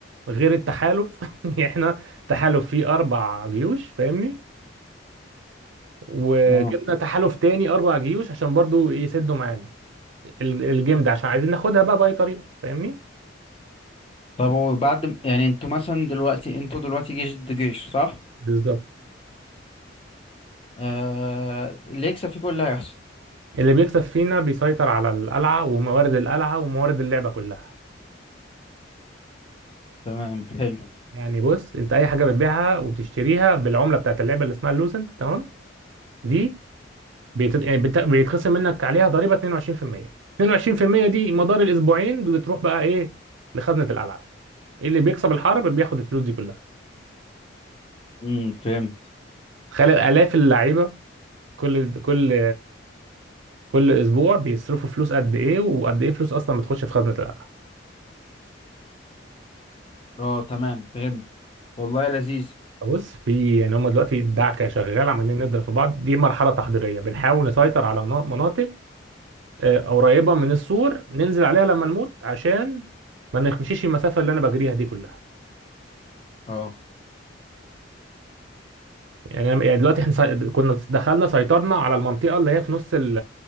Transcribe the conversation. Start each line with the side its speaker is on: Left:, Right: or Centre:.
Right: غير التحالف <laughs> يعني احنا تحالف فيه اربع جيوش فاهمني وجبنا
Left: اه
Right: تحالف تاني اربع جيوش عشان برضو يسدوا معانا ال- الجيم ده عشان عايزين ناخدها بقى بأي طريقة فاهمني
Left: طب وبعد م- يعني انتوا مثلا دلوقتي انتوا دلوقتي جيش ضد جيش صح
Right: بالظبط
Left: آه... اللي يكسب فيكم اللي هيحصل
Right: اللي بيكسب فينا بيسيطر على القلعة وموارد القلعة وموارد اللعبة كلها
Left: تمام حلو
Right: يعني بص انت اي حاجة بتبيعها وبتشتريها بالعملة بتاعت اللعبة اللي اسمها اللوسنت تمام دي بيت... يعني بت... بيتخصم منك عليها ضريبة 22% 22% دي مدار الاسبوعين بتروح بقى ايه لخزنة القلعة اللي بيكسب الحرب بياخد الفلوس دي كلها
Left: امم فهمت
Right: تخيل آلاف اللعيبة كل كل كل اسبوع بيصرفوا فلوس قد ايه وقد ايه فلوس اصلا بتخش في خزنة القلعة
Left: اه تمام فهمت والله لذيذ
Right: بص في يعني هم دلوقتي الدعكه شغال عمالين نضرب في بعض دي مرحله تحضيريه بنحاول نسيطر على منا- مناطق آه، قريبه من السور ننزل عليها لما نموت عشان ما نمشيش المسافه اللي انا بجريها دي كلها
Left: اه
Right: يعني أنا- يعني دلوقتي احنا سي- كنا دخلنا سيطرنا على المنطقه اللي هي في نص ال